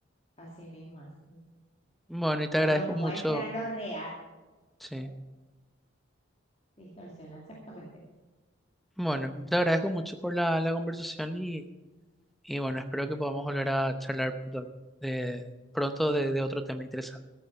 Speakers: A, on the left; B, in the centre.
A: Así mismo es.
B: Bueno, y te
A: No
B: agradezco
A: nos muestra
B: mucho,
A: lo real.
B: sí.
A: que Distorsiona exactamente.
B: Bueno, te agradezco mucho por la, la conversación y, y bueno, espero que podamos volver a charlar pronto de, pronto de de otro tema interesante.